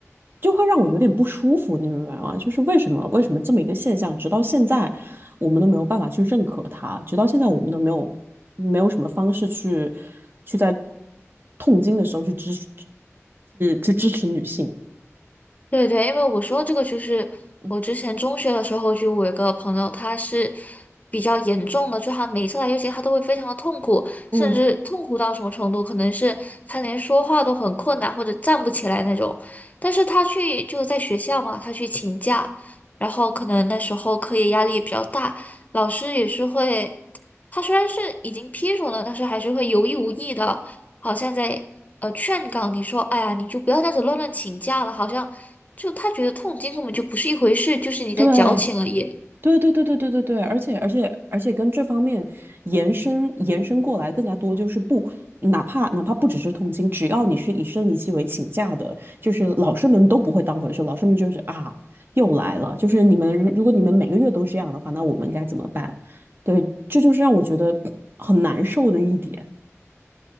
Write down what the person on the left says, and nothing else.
对对，因为我说这个就是我之前中学的时候，
就我有一个朋友，他是比较严重的，就他每一次来月经，他都会非常的痛苦，
甚至痛苦到什么程度，可能是他连说话都很困难，或者站不起来那种。但是他去就在学校嘛，他去请假，然后可能那时候课业压力也比较大，老师也是会，他虽然是已经批准了，但是还是会有意无意的。好像在呃劝告你说，哎呀，你就不要这样子乱乱请假了，好像就他觉得痛经根本就不是一回事，就是你在矫情而已。